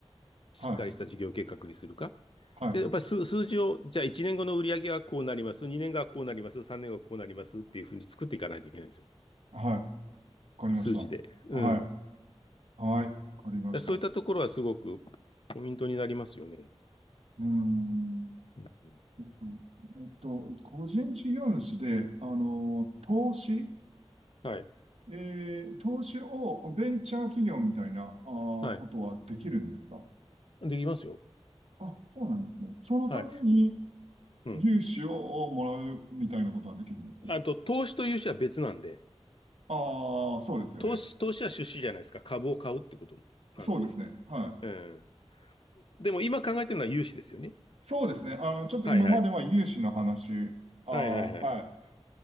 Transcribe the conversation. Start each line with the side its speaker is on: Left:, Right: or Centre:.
Left: しっかりした事業計画にするか。
Right: はい、はい、
Left: で、やっぱり数、数字を、じゃあ1年後の売り上げはこうなります、2年後はこうなります、3年後はこうなりますっていうふうに作っていかないといけないんですよ。
Right: はい。わかりました。
Left: 数字で。うん。
Right: はい。はい。わかりました。
Left: でそういったところはすごくポイントになりますよね。
Right: うーん。
Left: うん、
Right: えっと、えっと個人事業主で、あの、投資、
Left: はい。
Right: えー投資をベンチャー企業みたいな、あーことはできるんですか
Left: はい。できますよ。
Right: あ、そうなんですね。そのために
Left: はい。うん。
Right: 融資をもらうみたいなことはできるんです。
Left: あと、投資と融資は別なんで、
Right: ああ、そうですよね。
Left: 投資、投資は出資じゃないですか。株を買うってことなんで。
Right: そうですね。はい。
Left: うん。でも今考えてるのは融資ですよね。
Right: そうですね。あの、ちょっと今までは融資の話、
Left: はいはい。
Right: ああ、
Left: はいはいはい。
Right: はい、